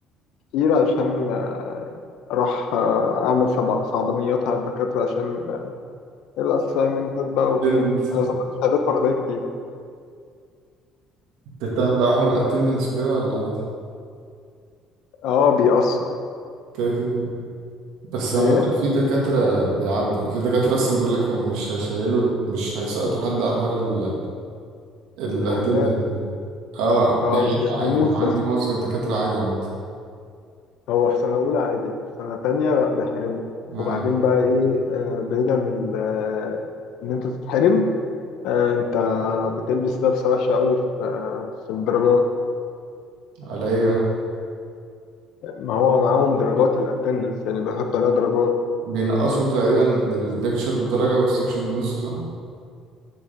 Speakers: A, on the left; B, on the right.
A: كتير عشان آه أروح آه أعمل صعب- صعبانيات على الدكاترة عشان آه، الأسايمنتات بقى وبتاع
B: الاتندنس
A: أنا ظبطت شهادات مرضية كتير
B: تهتم بقى حوار الاتندنس وكده ولا عادي؟
A: أه بيأثر
B: كده كده بس عامة
A: إيه
B: في دكاترة بيعدي يعني في دكاترة أصلا بيقول لك هم مش هيشيلوا مش هيسقطوا حد على حوار ال الاتندنس
A: الحرمان
B: ده اه
A: أه
B: بيعدي
A: ما بيحرموش
B: عادي أنا عندي
A: بس
B: معظم الدكاترة عادي عامة
A: هو في سنة أولى عادي في سنة تانية لأ بيحرموا
B: اه
A: وبعدين بقى إيه آه بعيدا من ال- آه، إن أنت تتحرم آه أنت بتلبس لبسة وحشة أوي في, آه في الدرجات
B: على ايه بقى؟
A: ما هو معاهم درجات الاتندنس يعني بيحط عليها درجات
B: بينقصوا تقريبا الليكتشر بالدرجة والسكشن بنص صح؟